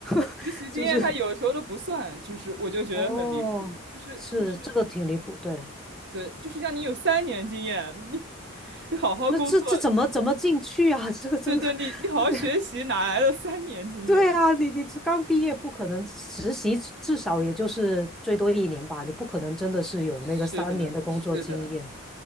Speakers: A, in the centre; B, on the right.
A: <laughs>
B: 实习经验？
A: 就是
B: 他有时候都不算，就是我就觉得很离谱，
A: 哦，
B: 就是就是
A: 是这个挺离谱，对，
B: 对，就是让你有三年经验，你你好好工作，
A: 那这这怎么怎么进去啊？<laughs> 这个真的，
B: 对对，你你好好学习，
A: <laughs>
B: 哪来的三年经验？
A: 对啊，你你这刚毕业不可能实习至，至少也就是最多一年吧，你不可能真的是有那个三年的工作经验，
B: 是的，是的，